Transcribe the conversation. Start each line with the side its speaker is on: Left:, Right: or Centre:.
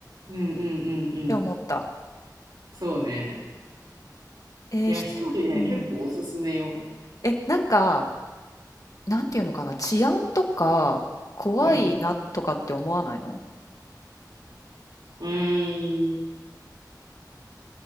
Right: うんうんうんうん。
Left: て思った。
Right: そうね。
Left: えーひ、
Right: いや、一人ね、
Left: うん。
Right: 結構おすすめよ。
Left: え、なんか、なんていうのかな、治安とか、怖いなとかって思わないの
Right: うん。うーん。